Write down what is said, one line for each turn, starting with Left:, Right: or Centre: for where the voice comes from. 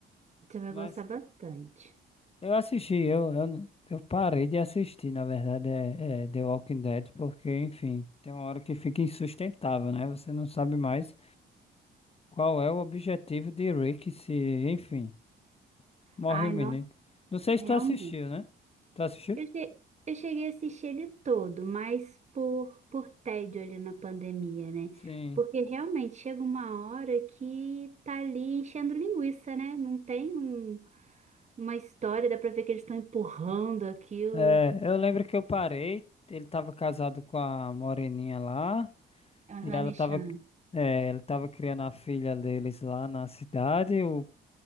Right: Você vai
Left: Mas.
Right: gostar bastante.
Left: Eu assisti, eu, eu, não- eu parei de assistir, na verdade, é, é The Walking Dead, porque, enfim, tem uma hora que fica insustentável, né? Você não sabe mais qual é o objetivo de Rick se, enfim, morre
Right: Ai,
Left: o menino.
Right: nossa,
Left: Não sei
Right: realmente.
Left: se tu assistiu, né? Tu assistiu?
Right: Eu che- eu cheguei a assistir ele todo, mas por, por tédio ali na pandemia, né?
Left: Sim.
Right: Porque realmente chega uma hora que tá ali enchendo linguiça, né? Não tem um- uma história, dá pra ver que eles estão empurrando aquilo.
Left: É, eu lembro que eu parei, ele tava casado com a moreninha lá,
Right: Aham,
Left: e ela
Right: Nishan.
Left: tava, é, ele tava criando a filha deles lá na cidade, o,